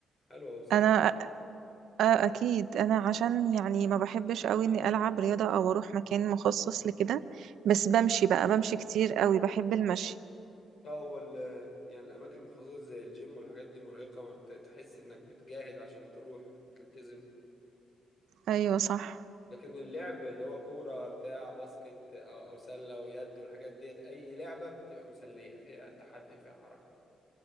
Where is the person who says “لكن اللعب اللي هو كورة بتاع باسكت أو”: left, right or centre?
Left